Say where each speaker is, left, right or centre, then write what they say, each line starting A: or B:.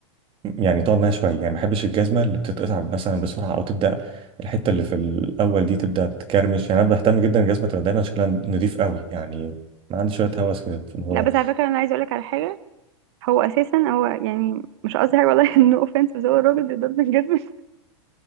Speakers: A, on the right; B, on the right.
A: يعني تقعد معايا شويه يعني ما بحبش الجزمه اللي بتتقطع مثلا بسرعه او تبدا الحته اللي في الاول دي تبدا تكرمش يعني انا بهتم جدا الجزمه تبقى دايما شكلها نضيف قوي يعني ما عندي شويه هوس كده في الموضوع
B: لا بس
A: ده
B: على فكره انا عايزه اقول لك على حاجه هو اساسا هو يعني مش قصدي حاجه والله <laughs> انه اوفنس بس هو الراجل بيضرب الجزم <laughs>